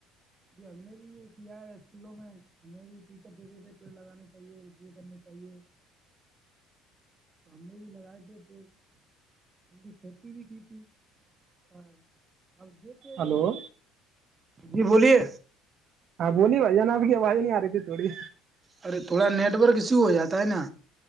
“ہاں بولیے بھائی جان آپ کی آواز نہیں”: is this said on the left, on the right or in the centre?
Right